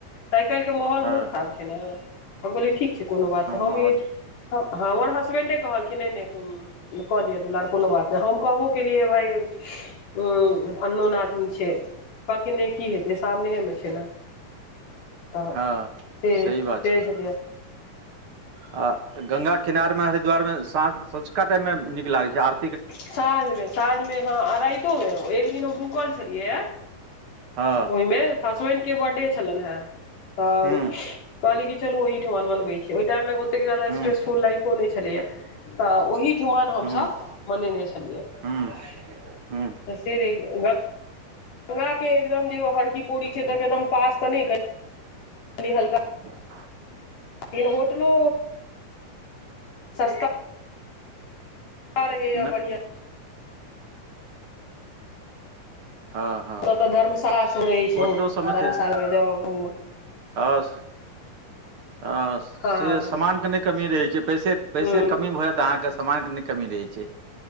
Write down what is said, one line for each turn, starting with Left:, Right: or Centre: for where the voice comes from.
Left: आइ काल्हिके माहौल
Right: हँ
Left: बहुत खराब छैय ने हम कहलियै ठीक छैय। कोनो बात नहि हम
Right: माहौल
Left: इ हमर हसबेंडे कहलखिन नय- नय जे क लिय दूलार कोनो बात नहि हम कहबो केलियै जे भाय उ अननोन आदमी छैय कहलखिन नहि की हेतै सामनेेमे छैय ने। तऽ
Right: हँ
Left: से
Right: सही बात
Left: से
Right: छै
Left: छलय।
Right: आ गंगा किनारमे हरिद्वारमे साँझ सँझुका टाइममे नीक लागैय छैय आर
Left: साँझमे-साँझमे हँ राइत मे एक दिन हम रुकल छलियै
Right: हँ
Left: ओयमे हसबैंड के बर्थडे छलनि हेँ। त
Right: हुँ
Left: कहलियै कि चलू ओहिठमन मनबे छियै ओय टाइम मे ओतेक जादा
Right: हुँ
Left: स्ट्रेसफुल लाइफ फो नहि छलैया त ओहिठिमन हम
Right: हुँ
Left: सब मनेने छलियै
Right: हुँ
Left: त
Right: हुँ
Left: से नहि ग गंगा के एकदम जे ओ हरकी पोड़ी ज छैय त एकदम पास त नहि कहि कनि हलका
Right: <inaudible>
Left: बिन होटलो सस्ता रहै आ
Right: नहि
Left: बढ़िआँ
Right: हँ हँ
Left: ओत धर्मशाला सब रहै
Right: होटलो
Left: सेहो
Right: सबमे
Left: धर्मशाला
Right: छै ने।
Left: मे जाउ घुमु।
Right: हँ -हँ से
Left: हँ
Right: समानके नहि कमी रहै छैय पैसे पैसेके
Left: हूँ
Right: कमी भ जैत अहाँके सामानके नहि कमी रहै छैय।